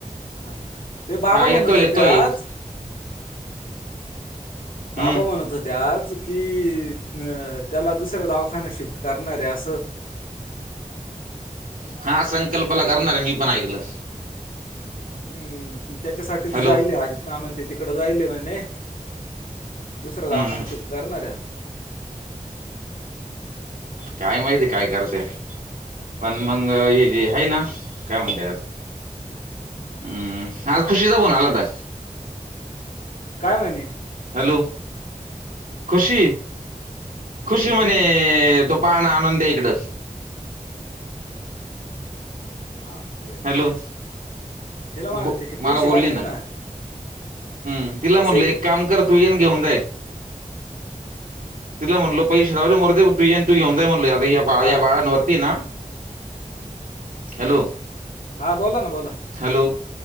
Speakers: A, on the left; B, on the right.
A: ह ते बाबा
B: हा येतोय
A: म्हणत होते
B: येतोय
A: आज
B: हम्म
A: बाबा म्हणत होतज की अ त्याला दुसऱ्या दावाखाना शिप करणार रे असं
B: हा संकल्पला करणार आहे मी पण ऐकलं
A: हम्म त्याच्यासाठीच
B: हॅलो
A: जायल अजित नामन ते तिकड जायले म्हणे दुसरां
B: हम्म
A: दावाखानना
B: हम्म
A: शिफ्ट करणार आहेच
B: काय माहितीय काय करते पण मंगग हे जे आहे ना काय म्हणतेर हम्म आज खुशीचा बन आला तर
A: काय महिने
B: हॅलो खुशीी खुशीी म
A: हम्म
B: तो पण आनंद इकड
A: ह ते
B: हॅलो
A: तिला माण
B: ब-
A: त्याचे
B: मला
A: पैसे
B: बोलली
A: लागतील ना
B: हम्म तिला
A: पैसे
B: म्हणल एक काम कर तू येईन घेऊन जाई तिला म्हणलो पै शेनवरे मर तू येन तू घेऊन जाय म्हणल आता बा
A: हा
B: या बाळांवरती ना हॅलो
A: हा बोला ना बोला
B: हॅलो